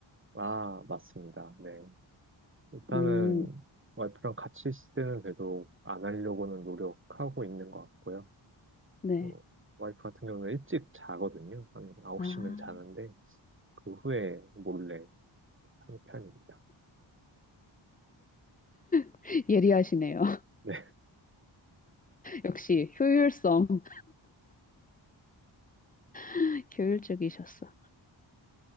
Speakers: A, on the right; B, on the left.
A: 아, 맞습니다. 네. 일단은
B: 음,
A: 와이프랑 같이 있을 때는 그래도 안 하려고는 노력하고 있는 것 같고요.
B: 네.
A: 어, 와이프 같은 경우는 일찍 자거든요. 한 9시면
B: 아,
A: 자는데 그 후에 몰래 하는 편입니다.
B: <laughs> 예리하시네요.
A: 네.
B: 역시 효율성, <laughs> 효율적이셨어.